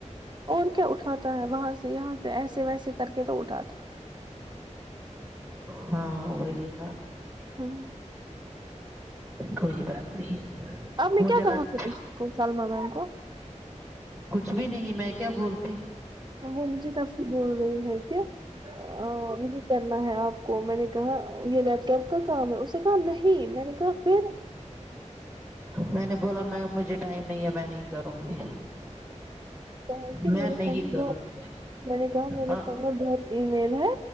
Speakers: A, on the right (about 35°); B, in the centre.
A: اور کیا اٹھاتا ہے وہاں سے یہاں سے ایسے ویسے کر کے تو اٹھاتا
B: ہاں وہی نا
A: ہے۔ ہوں
B: کوئی بات نہیں
A: آپ نے
B: مجھے
A: کیا
B: لگ
A: کہا تھا کو سالمہ میم کو
B: کچھ بھی نہیں میں کیا بولتی
A: وہ مجھے تب سے بول رہی ہے کہ ا یہ کرنا ہے آپ کو میں نے کہا یہ لیپ ٹاپ کا کام ہے اس نے کہا نہیں میں نے کہا پھر
B: میں نے بولا میم مجھے ٹائم نہیں ہے میں نہیں کروں گی
A: کہ
B: میں
A: میرے
B: نہیں
A: پنے
B: کروں
A: ب
B: گی
A: میں نے کہا میرے
B: ہاں
A: پنے گ <unintelligible> ای میل ہے